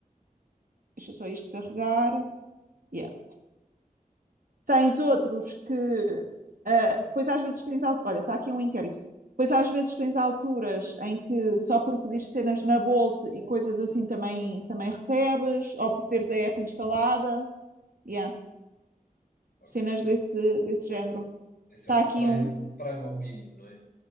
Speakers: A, on the right; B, on the left.
A: deixa só isto carregar. Yeah. Tens outros que ah, depois às vezes tens, al- olha, está aqui um inquérito. Depois às vezes tens alturas em que só por pedir cenas na Bolt e coisas assim também, também recebes, ou por teres a app instalada. Yeah.
B: ok.
A: Cenas desse, desse género.
B: Esse
A: Está
B: é o
A: aqui
B: Prime,
A: um,
B: Prime Opinion, não é?